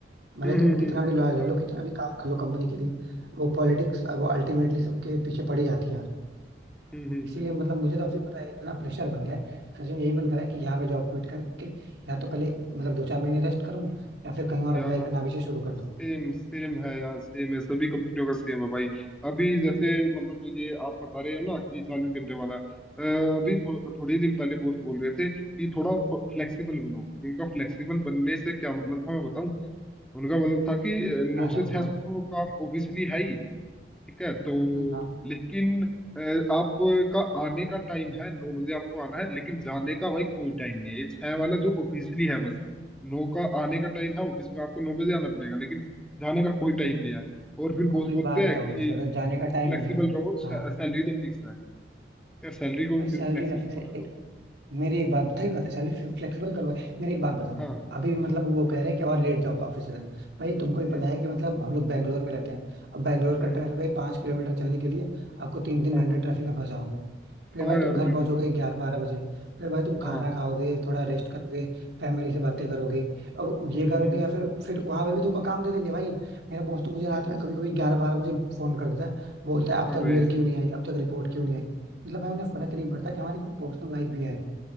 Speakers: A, on the right; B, in the centre.
A: भले
B: हम्म
A: तुम
B: हम्म हम्म,
A: कितना भी
B: हाँ
A: लॉयल
B: ये तो
A: रह
B: है
A: लो कितना भी काम कर लो कंपनी के लिए वो पॉलिटिक्स वो अल्टीमेटली सबके पीछे पड़ी जाती है
B: हम्म हम्म हम्म,
A: इसीलिए
B: हम्म।
A: मतलब मुझे तो अभी पता है इतना प्रेशर बन गया है सच में यही मन करा है कि यहाँ पे जॉब क्विट करके या तो पहले मतलब दो चार महीने रेस्ट करूँ या फिर कहीं और अप्लाई
B: यार
A: करना अभी से शुरू कर दूँ
B: सेम सेम है यार सेम है सभी कंपनियों का सेम है भाई अभी जैसे मतलब ये आप बता रहे हो ना कि चालीस घंटे वाला अ, अभी थो, थोड़े ही दिन पहले बॉस बोल रहे थे कि थोड़ा फ्लेक्सिबल बनो उनका फ्लेक्सिबल बनने से क्या मतलब था मैं बताऊं उनका मतलब था कि अ, नौ
A: हाँ क्या
B: से
A: बताओ
B: छह तो काम ऑब्वियसली है ही ठीक है तो
A: हम्म हाँ
B: लेकिन अ, आपका आने का टाइम है नौ बजे आपको आना है लेकिन जाने का भाई कोई टाइम नहीं है ये छह वाला जो ऑफिशियली है बस नौ का आने का टाइम है ऑफिस में आपको नौ बजे आना पड़ेगा लेकिन जाने का कोई टाइम नहीं है और फिर बॉस
A: अब एक
B: बोलते
A: बात बताओ
B: हैं कि
A: मुझसे अगर जाने का
B: फ्लेक्सिबल
A: टाइम नहीं है
B: रहो
A: हाँ
B: सैलरी तो फिक्स है यार सैलरी को
A: भाई
B: भी
A: सैलरी
B: फिर फ्लेक्सिबल
A: क्या फिक्स है
B: बना दो
A: एक मेरी एक बात सही बात है सैलरी फ्लेक्सिबल करो भाई
B: हम्म,
A: मेरी एक बात बताओ
B: हाँ
A: अभी मतलब वो कह
B: हम्म
A: रहे हैं कि और लेट जाओ ऑफिस से भाई तुमको ही
B: हम्म
A: पता है कि मतलब हम लोग बैंगलोर में रहते हैं अब बैंगलोर का
B: हम्म
A: ट्रैफिक भाई पांच किलोमीटर चलने के लिए आपको तीन तीन
B: हाँ
A: घंटे
B: हाँ
A: ट्रैफिक में फंस जाओगे फिर
B: हाँ
A: भाई तुम
B: यार
A: घर
B: बिल्कुल
A: पहुंचोगे ग्यारह बारह बजे फिर भाई तुम खाना
B: हाँ
A: खाओगे थोड़ा रेस्ट करोगे फैमिली से बातें
B: हम्म
A: करोगे अब ये
B: हम्म
A: करोगे
B: हम्म
A: या फिर फिर वहां पे भी तुमको काम दे देंगे भाई मेरा बॉस तो मुझे रात
B: हम्म।
A: में कभी कभी ग्यारह बारह बजे फोन कर देता है बोलता है अब तक
B: अरे
A: मेल क्यों नहीं आई अब तक रिपोर्ट क्यों नहीं आई मतलब भाई उन्हें फर्क नहीं पड़ता कि हमारी कुछ पर्सनल लाइफ भी है